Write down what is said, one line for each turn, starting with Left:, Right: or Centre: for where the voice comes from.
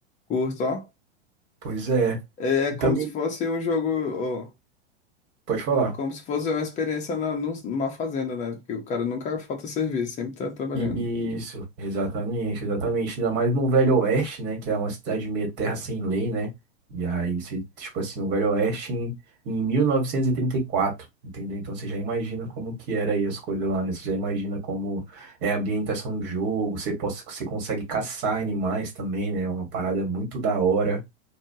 Left: Curto, ó.
Right: Pois é.
Left: É como
Right: Também
Left: se fosse um jogo. ó.
Right: pode falar.
Left: Como se fosse uma experiência na, num- numa fazenda, né? Porque o cara nunca falta serviço, sempre tá trabalhando.
Right: Isso, exatamente, exatamente. Ainda mais no Velho Oeste, né? Que é uma cidade meio terra sem lei, né? E aí, você, tipo assim, o Velho Oeste em, em 1934, entendeu? Então você já imagina como que era aí as coisas lá, né? Você já imagina como é a ambientação do jogo, você, possa, você consegue caçar animais também, né? É uma parada muito da hora,